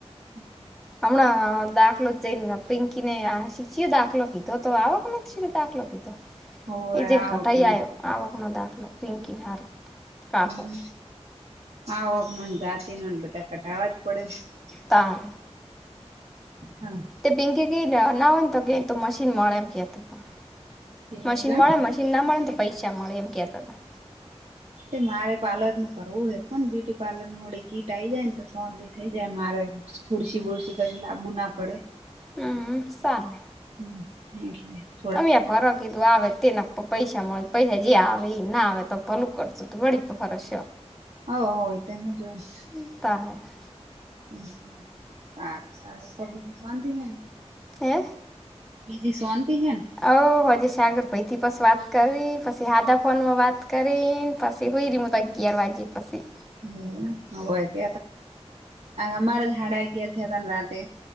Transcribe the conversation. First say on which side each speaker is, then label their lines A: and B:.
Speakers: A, on the right (about 70°); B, in the centre.
A: હમ્મ હમ્મ
B: હમણ દાખલો જઈન પિંકીને યા શી શી દાખલો કીધો તો આવકનો નો દાખલો કીધો.
A: હોવે
B: ઈ જઈન
A: આવક
B: કઢાઈ
A: નું
B: આયો, આવકનો દાખલો પિંકીન હારું. કાકો
A: હમ, આવકનો ન, જાતીનો ન બધા કઢાવા જ પડે.
B: તાર
A: હા
B: તે પિંકી ક નાવા તો કે તું મ મશીન મળે એમ કેતા હતા
A: એવું
B: મશીન
A: એમ
B: મળે મશીન ના મળે તો પૈસા મળે એમ કેતા હતા.
A: એ મારે પાર્લર નું કરવું હે કો ને બ્યુટી પાર્લર ન વડી કીટ આઈ જાય ને તો સોંતથી થઈ જાય મારે ખુરશી બુરસી કશે લબુ ના પડે
B: હમ્મ ચાલે
A: હમ એટ
B: અમેં ફરક કીધું આવે તેના પપ્પ પૈસા મળે પૈસા જે આવે એ ના આવે તો ભલું કરશું વી ફરસ
A: હ હોય તોમ જ હોય, ને
B: ત
A: હ સારું સારું કોબીની સંધ હ
B: હે
A: બીજી શાંતિ હે
B: ઓ હજીે સાગર પૈથી બસ વાત કરી પછી હાદાફોન માં વાત કરી પાછી હય ર મુ ત ગીયરવાજી પાછી
A: હ હ ક અમારા ાડા અગિયાર થ હતા ને રાતે